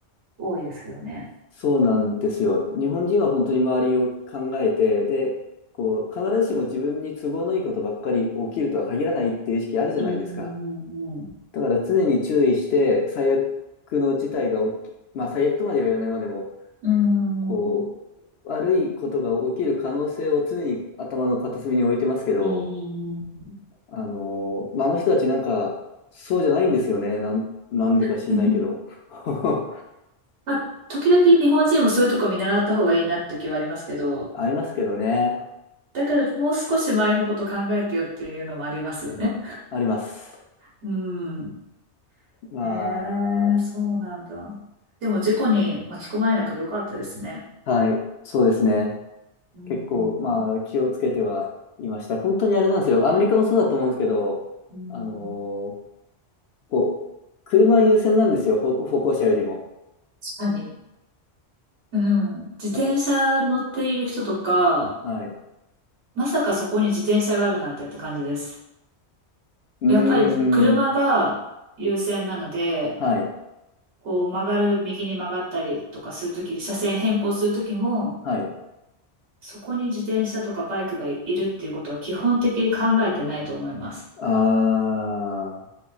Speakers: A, on the right (about 75°); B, on the left (about 65°).
A: 多いですけどね。
B: そうなんですよ。日本人は本当に周りを考えて、で、こう、必ずしも自分に都合のいいことばっかり起きるとは限らないっていう意識あるじゃないですか。
A: うんうん
B: だから常に注意して、最悪の事態が起き、まあ最悪とまでは言わないまでも、
A: うんうん。
B: こう、
A: うん。
B: 悪いことが起きる可能性を常に頭の片隅に置いてますけど、
A: うんうんう
B: あのーまあ、あの人たちなんか、そうじゃないんですよね。なん、なんでか知んないけど。
A: ん
B: <laughs>
A: まあ、時々日本人もそういうとこ見習った方がいいなって時はありますけど、
B: ありますけどね。
A: だけどもう少し周りのこと考えてよっていうのもありますよね。
B: あります。
A: うん。
B: ま
A: へえ、そうなんだ。でも事故に巻き込まれなくてよかったですね。
B: あ、はい、そうですね。
A: うん。
B: 結構、まあ、気をつけてはいました。本当にあれなんですよ。アメリカもそうだと思うんですけど、
A: うん
B: あのーこう、車優先なんですよ、歩、歩行者よりも。
A: 確かに。うん。自転車乗っている人とか、
B: だから、はい。
A: まさかそこに自転車があるなんてって感じです。
B: うー
A: やっぱり車が優先なので、
B: ん。はい。
A: こう曲がる、右に曲がったりとかするとき、車線変更するときも、
B: はい。
A: そこに自転車とかバイクがいるっていうことは基本的に考えてないと思います。
B: あー。